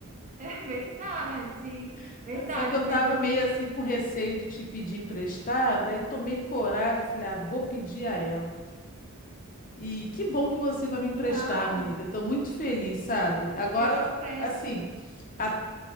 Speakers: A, on the right; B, on the left.
A: É verdade,
B: <laughs>
A: verdade.
B: Só que eu estava
A: Mas a gente,
B: meio assim com receio de te pedir emprestado, aí tomei coragem, falei, ah, vou pedir a ela. E que bom que você vai me emprestar,
A: não,
B: amiga. Estou muito feliz, sabe? Agora,
A: eu empresto.
B: assim, A-